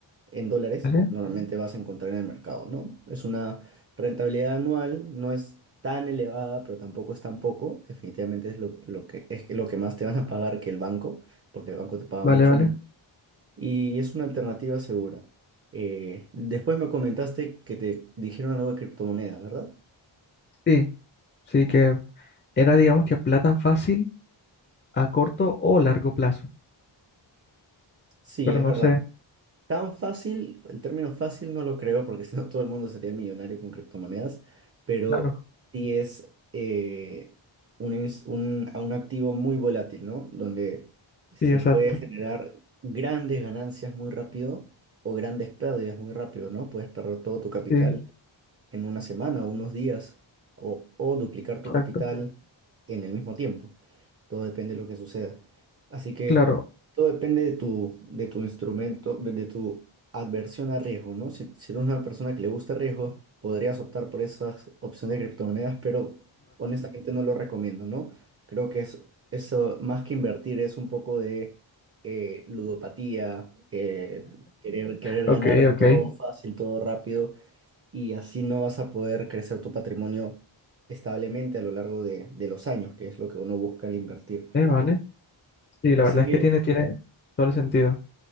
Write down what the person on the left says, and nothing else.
vale,
vale,
vale.
Sí, sí que era digamos que plata fácil a corto o largo plazo,
pero
no
sé,
claro,
sí, exacto,
sí,
exacto,
claro.
Ok,
ok.
Eh,
vale. Sí, la
verdad
es que tiene, tiene todo el sentido.